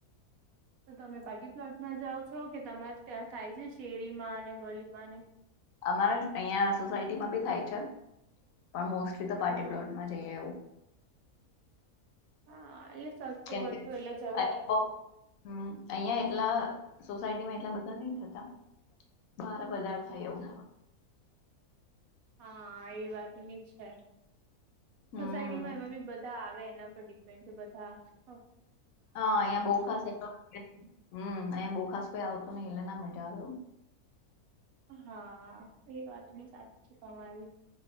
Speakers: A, on the right; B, on the left.
A: તો તમે બાકી પ્લોટમાં જાઓ છો કે તમારે ત્યાં થાય છે શેરી માં અને ગલીમાં ને
B: અમારા અહિયાં સોસાયટીમાં બી થાય છે પણ મોસ્ટલી તો પાર્ટી
A: બરોબર
B: પ્લોટમાં જઈએ એવું
A: હા એટલે સસ્તું
B: કેમ
A: પડતું
B: કે
A: એટલે જવાય
B: અહીંયા બહુ હમ અહિયાં એટલા સોસાયટીમાં એટલા બધા નહીં થતા બાર વધારે થાય એવું
A: હા એ વાતબી છે સોસાયટી
B: હમ
A: માં એમાં બી બધા આવે એના પર ડિપેન્ડ છે બધા અ
B: હા અહિયા બહુ ખાસ એતો <inaudible> હં અહીંયા બહુ ખાસ કોઈ આવતું નહિ એટલે ના મજા આવે એવું
A: હા એ વાત બી સાચી છે તમારી